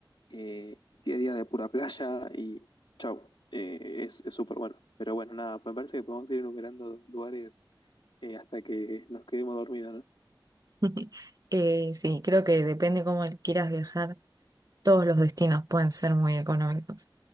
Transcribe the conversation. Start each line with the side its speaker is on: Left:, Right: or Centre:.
Left: eh, 10 días de pura playa y chau. Eh, es es súper bueno. Pero bueno, nada, me parece que podemos ir enumerando lugares eh, hasta que nos quedemos dormidos, ¿no?
Right: <laughs> Eh, sí, creo que depende cómo quieras viajar, todos los destinos pueden ser muy económicos.